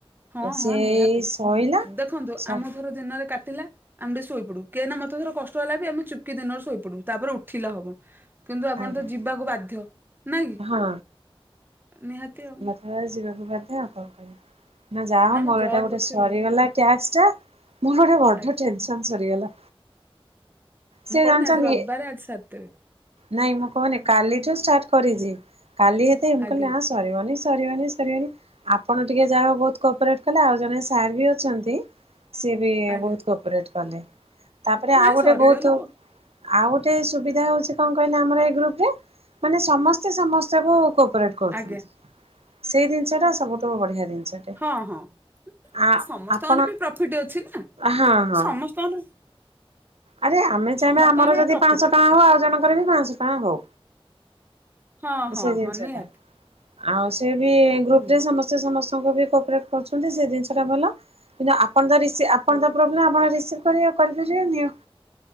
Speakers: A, on the right; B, on the right.
A: ହଁ
B: ସେ
A: ହଁ ନିହାତି।
B: ଏଇ ସଇଲା ସ
A: ଦେଖନ୍ତୁ <unintelligible> ଦିନରେ କାଟିଲା। ଆମେ ଟିକେ ଶୋଇପଡୁ କେହିନା ମତେ ଥର କଷ୍ଟ ହେଲା ବି ଆମେ ଚୁପ୍ କି ଦିନରେ ଶୋଇପଡୁ ତାପରେ ଉଠିଲା ହବ। କିନ୍ତୁ ଆପଣ
B: ଆଜ୍ଞା
A: ତ ଯିବାକୁ ବାଧ୍ୟ ନାଇଁ କି?
B: ହଁ
A: ନିହାତି ଆଉ।
B: ହ ଯିବାକୁ ବାଧ୍ୟ ଆଉ କଣ କରିବୁ। ନା ଯାଅ
A: ମୋ
B: ମୋର
A: ଜବ୍
B: ଏଇଟା ଗୋଟେ
A: ଅଛି
B: ସରିଗଲା
A: ଘର
B: ଟ୍ୟାସ୍କ ଟା ମୋର ଗୋଟେ ବଡ଼
A: ଆଜ୍ଞା
B: ଟେନସନ ସରିଗଲା। ସେ
A: ମୁଁ କହୁନି
B: ଜାଣିଛନ୍ତି
A: ଆଜି ରବିବାର ଆଜି ସାରି ଦେବେ।
B: ନାଇଁ ମୁଁ କହନି କାଲିଠୁ ଷ୍ଟାର୍ଟ କରିଛି କାଲି ହେତେ ମୁଁ
A: ଆଜ୍ଞା
B: କହିଲି ନାଁ ସରିିବାନି ସରିିବାନି ସରିବନି। ଆପଣ ଟିକେ ଯାହା ବହୁତ କୋପ୍ରେଟ କଲେ ଆଉ ଜଣେ ସାର୍ ବି ଅଛନ୍ତି ସିଏ ବି
A: ଆଜ୍ଞା
B: ବହୁତ କୋପରେଟ କଲେ ତାପରେ
A: ନାଇଁ
B: ଆଉ
A: ସରିଗଲେ
B: ଗୋଟେ ବହୁତ
A: ବ-
B: ଆଉ ଗୋଟେ ସୁବିଧା ହଉଛି କଣ କହିଲେ ଆମର ଏଇ ଗ୍ରୁପରେ ମାନେ ସମସ୍ତେ ସମସ୍ତଙ୍କୁ କୋପଟ କରୁଛନ୍ତି।
A: ଆଜ୍ଞା।
B: ସେଇ ଜିନିଷଟା ସବୁଠୁ ବଢିଆ ଜିନିଷଟେ।
A: ହଁ ହଁ
B: ଆ
A: ସମସ୍ତଙ୍କର
B: ଆପଣ
A: ବି ପ୍ରଫିଟ ଅଛି ନା
B: ହଁ ହଁ।
A: ସମସ୍ତଙ୍କର
B: ଆରେ ଆମେ ଚାହିଁବା
A: ସମସ୍ତଙ୍କର
B: ଆମର ଯଦି
A: ବି ପ୍ରଫିଟ୍
B: ପାଞ୍ଚଶହ
A: ଅଛି।
B: ଟଙ୍କା ହଉ ଆଉ ଜଣଙ୍କର ବି ପାଞ୍ଚଶହ ଟଙ୍କା ହଉ
A: ହଁ ହଁ
B: ସେ ଜିନିଷ
A: ହଁ ନିହାତି
B: ଟା। ଆଉ ସେ ବି ଗ୍ରୁପ
A: ନିହାତି।
B: ରେ ସମସ୍ତ ସ୍ତଙ୍କୁ ବି କୋପରେଟ କରୁଛନ୍ତି ସେ ଜିନିଷ ଟା ଭଲ। କିନ୍ତୁ ଆପଣତ ରିସି ଆପଣ
A: ହଁ।
B: ତ ପ୍ରୋବ୍ଲେମ୍ ଆପଣ ରିସିଭ୍ କରିପାରିବେ କରିପାରିବେନି ଆଉ।